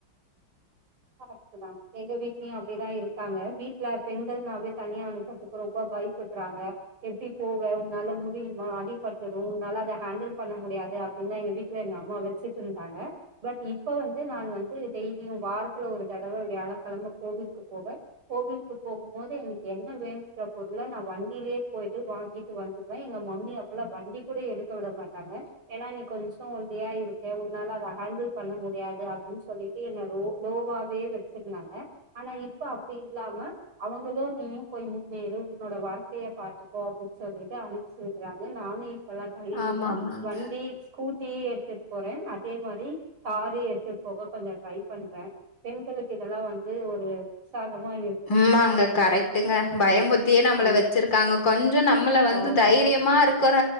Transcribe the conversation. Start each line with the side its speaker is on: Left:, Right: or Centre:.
Right: கரெக்ட் தா எங்க வீட்லயு அப்டிதா இருக்காங்க வீட்ல பெண்கள்னாவே தனியா அனுப்றதுக்கு ரொம்ப பய் பட்றாங்க எப்டி போக உன்னால முடியுமா அடிபட்டுடும் உன்னால அத ஹேண்டில் பண்ண முடியாது அப் ஏன்னா எங்க வீட்ல எங்க அம்மா வச்சுட்டு இருந்தாங்க பட் இப்ப வந்து நாங்க வந்து டெய்லியு வாரத் ள ஒரு தடவ வியாழ கெளம கோவிலுக்கு போவ கோவிலுக்கு போகும்போது எனக்கு என்ன வேணுன்ற பொருள நா வண்டிலயே போயிட்டு வாங்கிட்டு வந்து அத்தா எங்க மம்மி அப்பல்லா வண்டி கூட எடுக்க விட மாட்டாங்க ஏன்னா நீ கொஞ்சோ ஒல்லியா இருக்க உன்னால அத ஹேண்டில் பண்ண முடியாது அப்டின்னு சொல்லிட்டு என்ன ரோ லோவாவே வச்சிருந்தாங்க ஆனா இப்ப அப்டி இல்லாம அவங்களு நீயே போயி நீ உன்னோட வாழ்கைய பாத்துக்கோ அப்டின் சொல்லிட்டு அனுப்ச்சி வெக்குறாங்க நானு ப்பல்லா தைரியமா
Left: ஆமாமாங்க.
Right: வண்டி ஸ்கூட்டி எடுத்துட்டு போறே அதே மாறி காரு எடுத்துட்டு போக கொஞ்சோ ட்ரை பண்றே பெண்களுக்கு இதெல்லா வந்து ஒரு விசாகமா இருக்
Left: ம்மாங்க கரெக்ட்டுங்க பயம்புருத்தியே நம்மள
Right: ம்
Left: வச்சிருக்காங்க கொஞ்சோ நம் நம்மள வந்து
Right: ஆமா
Left: தைரியமா இருக் க்குற